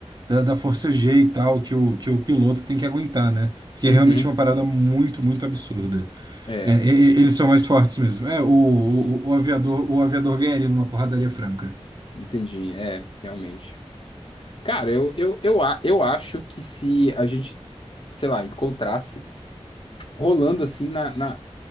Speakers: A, on the right (about 40°); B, on the left (about 50°).
A: da, da força G e tal que o, que o piloto tem que aguentar, né? Porque
B: Uhum.
A: é realmente uma parada muito, muito absurda.
B: É,
A: É, e- e- eles são mais fortes mesmo. É, o, o,
B: sim,
A: o aviador, o aviador ganha ele numa porradaria franca.
B: entendi. É, realmente. Cara, eu, eu, eu, a- eu acho que se a gente, sei lá, encontrasse rolando assim na, na,